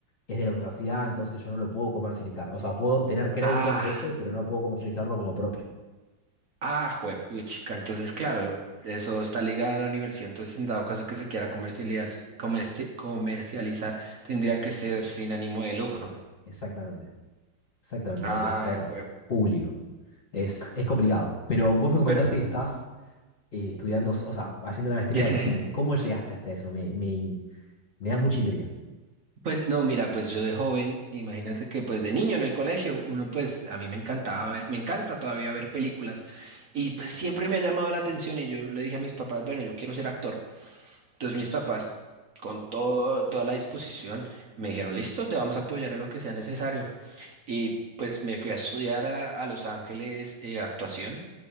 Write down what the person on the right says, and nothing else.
Ah,
ah, juepuchica. Entonces, claro, eso está ligado a la universidad. Entonces, en dado caso que se quiera comercializ- comerci- comercializar, tendría que ser sin ánimo de lucro.
Ah,
jue.
Pero,
<laughs>
Pues no, mira, pues yo de joven, imagínate que pues de niño en el colegio, uno pues a mí me encantaba ver, me encanta todavía ver películas y pues siempre me ha llamado la atención y yo le dije a mis papás, bueno, yo quiero ser actor. Entonces mis papás con todo, toda la disposición me dijeron, listo, te vamos a apoyar en lo que sea necesario. Y pues me fui a estudiar a, a Los Ángeles eh, actuación.